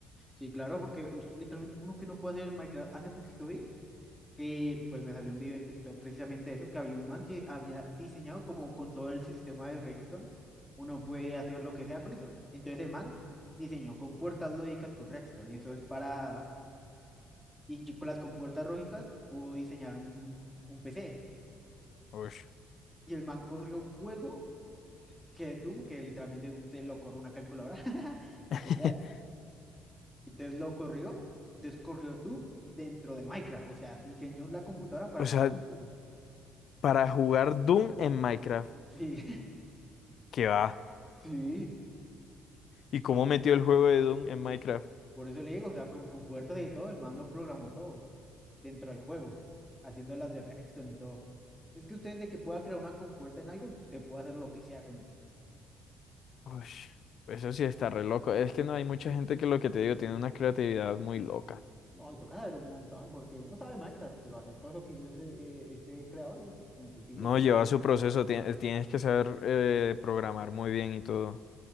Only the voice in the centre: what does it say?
Sí, claro, porque us- literalmente uno que no puede hacer en Minecraft, hace poquito vi que pues me salió un video en TikTok precisamente eso, que había un man que había diseñado como con todo el sistema del Redstone, uno puede hacer lo que sea con eso. Entonces el man diseñó con puertas lógicas con Redstone y eso es para, y yo con las compuertas lógicas pudo diseñar un, un PC.
Y el man corrió un juego que es Doom, que literalmente Doom se lo corre una calculadora, <laughs> lo
que sea. Entonces lo corrió, entonces corrió Doom dentro de Minecraft, o sea, diseñó la computadora para
correr Doom.
Sí,
<laughs> sí,
por eso le digo, o sea, con, con puertas y todo, el man lo programó todo dentro del juego, haciendo las de Redstone y todo. Es que usted de que pueda crear una compuerta en algo, usted puede hacer lo que sea con eso.
No, y toca saber un montón, porque uno sabe Minecraft, pero hacer todo eso que hizo ese, eh, ese creador, uf, muy difícil.
la-